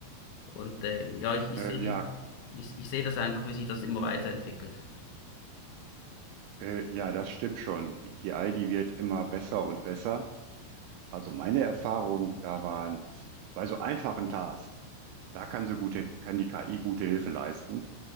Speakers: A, on the left; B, on the right.
A: Und äh, ja, ich, ich
B: Äh,
A: sehe
B: ja,
A: ich, ich sehe das einfach, wie sich das immer weiterentwickelt.
B: äh, ja, das stimmt schon. Die KI, die wird immer besser und besser. Also meine Erfahrungen da waren, bei so einfachen Tasks, da kann so gute, kann die KI gute Hilfe leisten.